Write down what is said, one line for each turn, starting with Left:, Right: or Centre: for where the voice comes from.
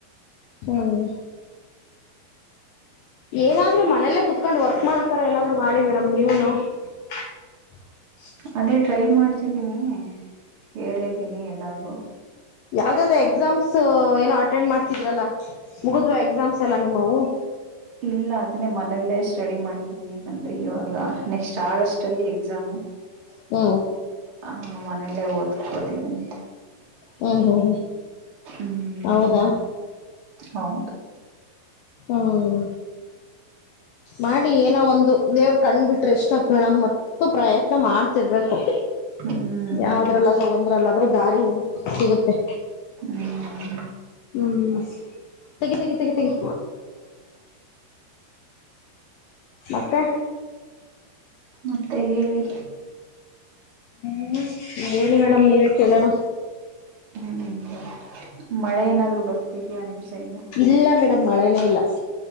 Left: ಹ್ಮ್ ಏನಾದ್ರು ಮನೇಲ್ಲೇ ಕುೂತ್ಕೊಂಡ್ ವರ್ಕ್ ಮಾಡತಾರ ಏನಾದ್ರು ಮಾಡಿ ಮೇಡಮ್ ನೀವನು <unintelligible>
Right: ಅದೇ ಟ್ರೈ ಮಾಡ್ತಿದ್ದೀನಿ ಹೇಳಿದ್ದೀನಿ ಎಲ್ಲಗು
Left: ಯಾವ್ದಾದ್ದ ಎಕ್ಸಾಮ್ಸ್ ಏನೋ ಅಟೆಂಡ್ ಮಾಡ್ತಿದ್ರಲ್ಲ ಮುಗಿದ್ ಎಕ್ಸಾಮ್ಸ್ ಎಲ್ಲ ನಿಮ್ಮೂ
Right: ಇಲ್ಲ ಅದನ್ನೇ ಮನಲ್ಲೇ ಸ್ಟಡಿ ಮಾಡ್ತಿದನಿ ಕಣ್ರಿ ಇವಾಗ ನೆಕ್ಸ್ಟ್ ಆಗಸ್ಟ್ ಅಲ್ಲಿ ಎಕ್ಸಾಮು
Left: ಹ್ಮ
Right: ಹ ಮನೇಲ್ಲೇ ಓದ್ಕೋತಿದ್ದೀನಿ
Left: ಹ್ಮ್ ಹ್ಮ್ ಹ್ಮ್
Right: ಹ್ಮ್
Left: ಹೌದಾ
Right: ಹೌದು
Left: ಹ್ಮ್ ಮಾಡಿ ಏನೋ ಒಂದು ದೇವ್ರ ಕಂಡ್ ಬಿಟ್ರೆ ಎಷ್ಟ ಹಕ್ ಮೇಡಮ್ ಹೊ ಪ್ರಯತ್ನ ಮಾಡ್ತಿರ್ಬೇಕು
Right: ಹ್ಮ್
Left: ಯಾವದ್ರಲ್ಲಾದ್ರೂ ಒಂದ್ರಲ್ಲ ಆದ್ರೆ ದಾರಿ ಹ ಸಿಗುತ್ತೆ
Right: ಹ್ಮ್
Left: ಹ್ಮ್ ತಗಿ ತಗಿ ತಗಿಗಿ ಮತ್ತೆ
Right: ಮತ್ತೆ ಹೇಳಿ
Left: ಹ್ಮ್ ಹೇಳಿ ಮೇಡಮ್ ನೀವೇ ಕೇಳೋಣ
Right: ಹ್ಮ್ ಮಳೆ ಏನಾದ್ರು ಬರ್ತಿದಾ ನಿಮ್ ಸೈಡ್
Left: ಇಲ್ಲ ಮೇಡಮ್ ಮಳೆನೇ ಇಲ್ಲ